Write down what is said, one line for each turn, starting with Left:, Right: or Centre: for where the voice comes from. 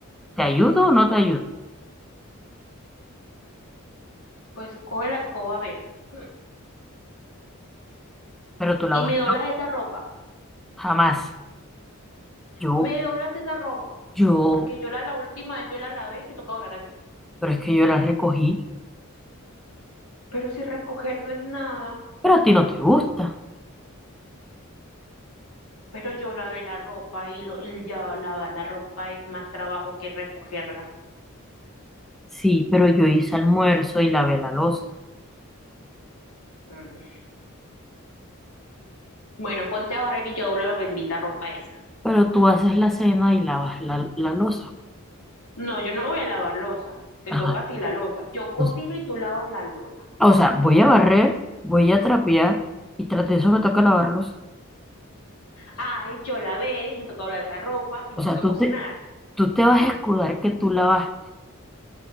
Centre: ¿te ayudo o no te ayudo?
Left: Pues coge la escoba, a ver. mm,
Centre: Pero tú la
Left: Y
Centre: vas,
Left: me doblas esa ropa.
Centre: jamás. Yo,
Left: Me doblas esa ropa.
Centre: yo,
Left: Porque yo la, la última vez yo la lavé y te toca doblar a ti.
Centre: pero es que yo la recogí,
Left: Pero si recoger no es nada.
Centre: pero a ti no te gusta.
Left: Pero yo lavé la ropa y, lo, y ya lavar la ropa es más trabajo que recogerla.
Centre: Sí, pero yo hice almuerzo y lavé la loza.
Left: Mm. Bueno, ponte a barrer y yo doblo la bendita ropa esa.
Centre: Pero tú haces la cena y lavas la, la loza.
Left: No, yo no voy a lavar losa. Te
Centre: Ajá,
Left: toca a ti la losa. Yo cocino
Centre: entonces,
Left: y tú lavas la losa.
Centre: o sea, voy a barrer, voy a trapear y tras de eso me toca lavar loza.
Left: Ay, yo lavé, me toca doblar la ropa y
Centre: O
Left: me
Centre: sea,
Left: toca
Centre: tú
Left: cocinar.
Centre: te, tú te vas a escudar que tú la vas